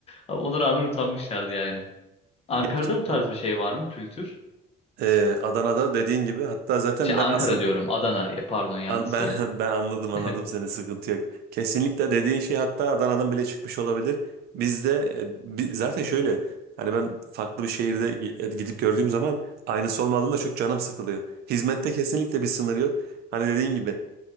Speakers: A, on the left (about 35°); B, on the right (about 70°).
A: ama ona rağmen utanmışlardı yani. Ankara'da
B: Gerçekten.
A: bu tarz bir şey var mı kültür?
B: Ee, Adana'da dediğin gibi hatta zaten
A: Şey
B: ben
A: Ankara
B: asıl
A: diyorum Adana Ya pardon yanlış
B: An-
A: söyledim.
B: Ben <laughs> ben anladım anladım
A: <laughs>
B: seni sıkıntı yok. Kesinlikle dediğin şey hatta Adana'dan bile çıkmış olabilir. Bizde e, bi- zaten şöyle hani ben farklı bir şehirde gi- e, gidip gördüğüm zaman aynısı olmadığında çok canım sıkılıyor. Hizmette kesinlikle bir sınır yok. Hani dediğin gibi